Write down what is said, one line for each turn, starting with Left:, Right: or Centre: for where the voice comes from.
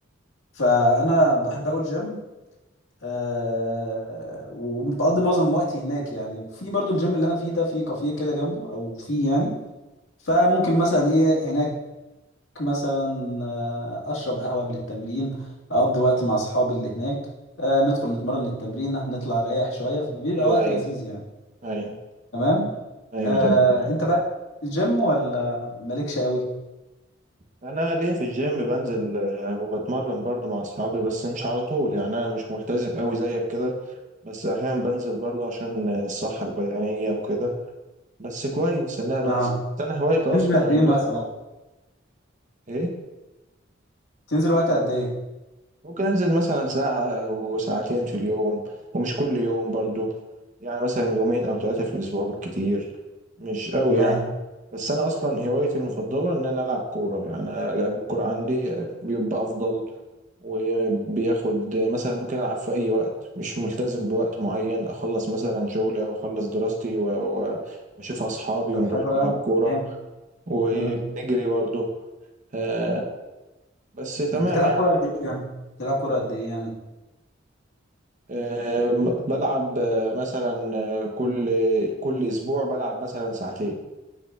Left: فانا بحب اقول جيم آه وبقضي معظم وقتي هناك يعني في برضو الجيم اللي انا فيه ده في كافيه كده جنبه او فيه يعني فممكن مثلا ايه هناك مثلا آه اشرب قهوة قبل التمرين اقضي وقت مع اصحابي اللي هناك آه ندخل نتمرن التمرين نطلع نريح شوية فبيبقى
Right: ايوه
Left: وقت
Right: ايوه
Left: لذيذ يعني
Right: ايوه
Left: تمام
Right: ايوه
Left: آه
Right: تمام
Left: انت بقى الجيم ولا مالكش قوي
Right: انا ليا في الجيم بنزل آه، وبتمرن برضه مع اصحابي بس مش على طول يعني انا مش ملتزم قوي زيك كده بس احيانا بنزل برضو عشان الصحة البدنية وكده بس كويس ان انا بنزل
Left: اه
Right: بس انا هوايتي اصلا
Left: تنزل قد ايه
Right: ان
Left: مثلا
Right: انا ايه
Left: تنزل وقت قد ايه
Right: ممكن انزل مثلا ساعة وساعتين في اليوم ومش كل يوم برضو يعني مثلا يومين او ثلاثة في الاسبوع بالكتير مش قوي
Left: تمام
Right: يعني بس انا اصلا هوايتي المفضلة ان انا العب كورة يعني أنا لعب الكورة عندي بيبقى افضل وبياخد مثلا ممكن ألعب في أي وقت مش ملتزم بوقت معين أخلص مثلا شغلي أو أخلص دراستي و- و- وأشوف أصحابي
Left: طب
Right: ونروح
Left: حلو
Right: نلعب
Left: قوي
Right: كورة
Left: جامد
Right: وبنجري
Left: مم.
Right: برضه آه، بس تمام
Left: بتلعب
Right: يعني
Left: كرة قد ايه يعني بتلعب كرة قد ايه يعني
Right: آه، بلعب آه، مثلا آه، كل كل أسبوع بلعب مثلا ساعتين